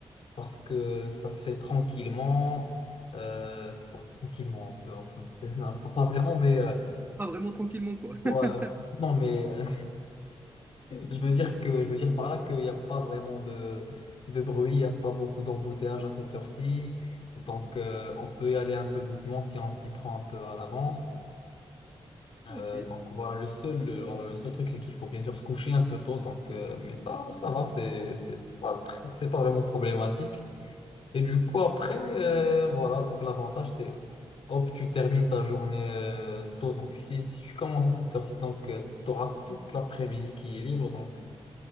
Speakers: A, on the left; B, on the right.
A: parce que ça se fait tranquillement. Euh, bon, tranquillement, enfin fait- c'est- non, pas pas
B: Oh,
A: vraiment, mais euh,
B: Pas vraiment tranquillement, quoi.
A: ouais,
B: <laughs>
A: non, mais euh, Je veux dire que, je veux dire par là qu'il n'y a pas vraiment de, de bruit, il n'y a pas beaucoup d'embouteillage à cette heure-ci. Donc, euh, on peut y aller un peu doucement si on s'y prend un peu à l'avance. Euh,
B: Ok,
A: donc, voilà, le seul, le- voilà, le seul truc, c'est qu'il faut bien sûr se coucher un peu tôt. Donc, euh, mais ça, ça va, c'est, c'est pas très- c'est pas vraiment problématique. Et du coup, après, euh, voilà, donc l'avantage, c'est hop, tu termines ta journée euh, tôt. Donc, si, si tu commences à cette heure-ci, donc, tu auras toute l'après-midi qui est libre. Donc,